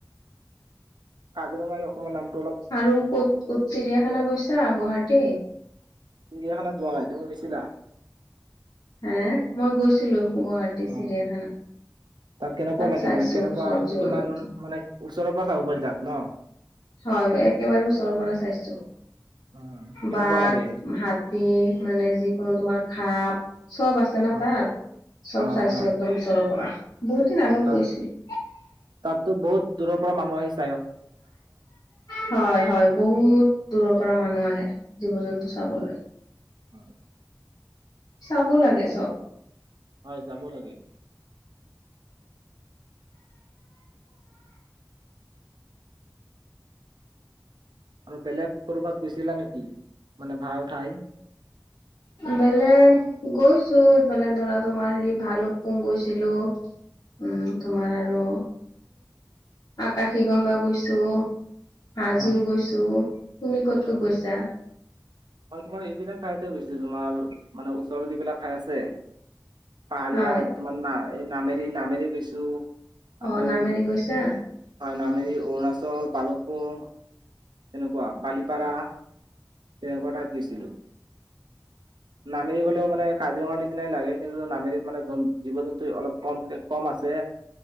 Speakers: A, on the right; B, on the left.
A: কাজিৰঙাই অসমৰ নাম
B: আৰু ক'ত ক'ত চিৰিয়াখানা গৈছা? গুৱাহাটী?
A: চিৰিয়াখানাত যোৱা নাই, তুমি গৈছিলা?
B: হে, মই গৈছিলো গুৱাহাটীৰ
A: অ
B: চিৰিয়াখানা।
A: তাত কেনেকুৱা লাগে
B: চাইছো
A: মানে? কেনেকুৱা,
B: চব জীৱ
A: কিমান
B: জন্তু
A: মানে ওচৰৰ পৰা চাব পাৰি তাত? ন?
B: হয়, একেবাৰে ওচৰৰ পৰা চাইছোঁ,
A: অ কেনেকুৱা
B: বাঘ,
A: লাগে
B: হাতী মানে যিকোনো তোমাৰ খাপ। চব আছে না
A: হয়
B: তাত, চব
A: অ
B: চাইছোঁ
A: অ
B: একদম ওচৰৰ পৰা। বহুত দিন আগত
A: অ ত
B: গৈছিলোঁ।
A: তাততো বহুত দূৰৰ পৰা মানুহ আহিছ
B: হয়, হয়, বহুত দূৰৰ পৰা মানুহ আহে জীৱ জন্তু চাবলৈ।
A: অ হয়
B: চাব লাগে চব।
A: হয়, চাব লাগে। আৰু বেলেগ ক'ৰবাত গৈচিলা নেকি? মানে ভাল ঠাই
B: বেলেগ গৈ চো এইফালে ধৰা তোমাৰ হেৰি, ভালুকপুং গৈছিলোঁ। উম, তোমাৰ আৰু আকাশী গংগা গৈছোঁ। হাজো
A: হয়
B: গৈছোঁ। তুমি ক'ত ক'ত
A: অ
B: গৈছা?
A: মই তোমাৰ এইবিলাক ঠাইতে গৈছিলোঁ, তোমাৰ মানে ওচৰত যিবিলাক ঠাই আছে। পাহাৰীয়া
B: হয়
A: তোমাৰ নাই এই নামেৰি, নামেৰি গৈছো।
B: অ
A: আকৌ,
B: নামেৰি গৈছা
A: হয় নামেৰি অৰুণাচল, ভালুকপুং। তেনেকুৱা বালিপৰা, তেনেকুৱা টাইপ গৈছিলোঁ। নামেৰী গ'লেও মানে কাজিৰঙাৰ নিচিনাই লাগে, কিন্তু নামেৰীত মানে জীৱ-জন্তু অলপ কমকে কম আছে।